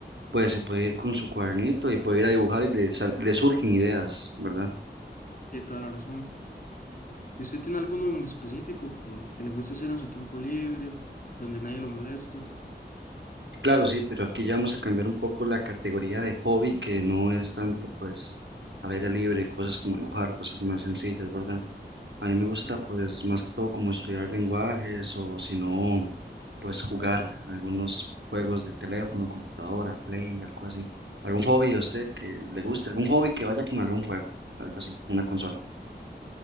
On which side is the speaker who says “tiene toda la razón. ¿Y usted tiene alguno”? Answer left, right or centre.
Left